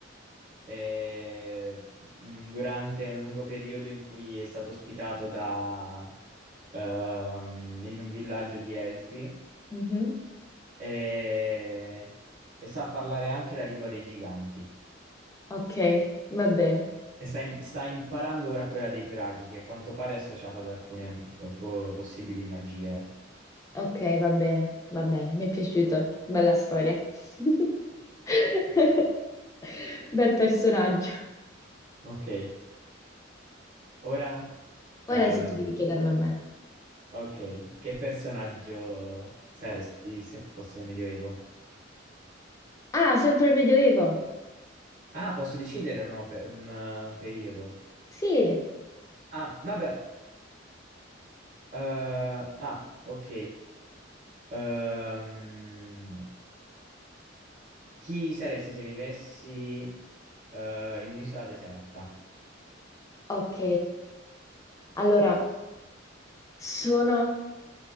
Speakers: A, on the right (about 40°); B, on the left (about 15°).
A: eh, mh, durante un lungo periodo in cui è stato ospitato da, ehm, in un villaggio di elfi
B: mhm.
A: e, e sa parlare anche la lingua dei giganti.
B: Ok, va bene.
A: E sta, im- sta imparando ora quella dei draghi, che a quanto pare è associata ad alcune mh, po- possibili magie.
B: Ok, va bene, va bene. Mi è piaciuto. Bella storia. <laughs> Bel personaggio.
A: Ok, ora...
B: Ora
A: ehm,
B: sì, tu devi chiederlo a me.
A: ok, che personaggio saresti se fossi nel Medioevo?
B: Ah, sempre il Medioevo.
A: Ah, posso decidere o no per un, eh, un periodo?
B: Sì,
A: Ah, vabbè. eh, ah, ok. Ehm, chi saresti se vivessi eh, in un'isola deserta?
B: ok. Allora, sono